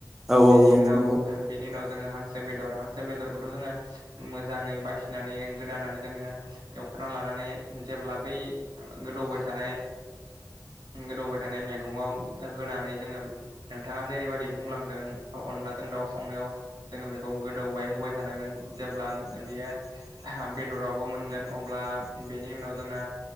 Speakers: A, in the centre; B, on the right.
A: औ
B: बेनि
A: औ नंगौ
B: उनाव
A: नंगौ
B: बेनि उनाव जो हांसो बेदर हांसो बेदरखौथ' जोङो मोजाङै बासिनानै गोदानानै जोङो एव खाना लानानै जेब्ला बै गोदौबाय थानाय गोदौबाय थानाय मैगंङाव होनानै जोङो नोंथाङा जेरैबायदि बुंलांदों अनलाजों दाउ संनायाव जोङो बेखौ गोदौबाय होबाय थानांगोन जेब्ला बेयो बेदरावबो मोनगोन अब्ला बेनि उनाव जोंना